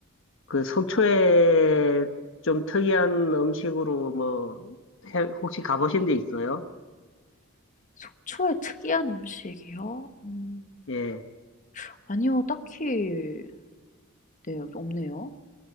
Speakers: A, on the left; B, on the left.
A: 그 속초에 좀 특이한 음식으로 뭐 해- 혹시 가보신 데 있어요?
B: 속초의 특이한 음식이요? 음.
A: 예,
B: 아니요. 딱히 네 없네요.